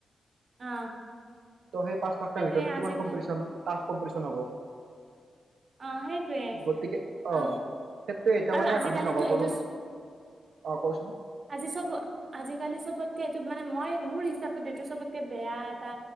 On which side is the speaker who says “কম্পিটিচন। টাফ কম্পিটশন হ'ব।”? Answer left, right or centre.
Right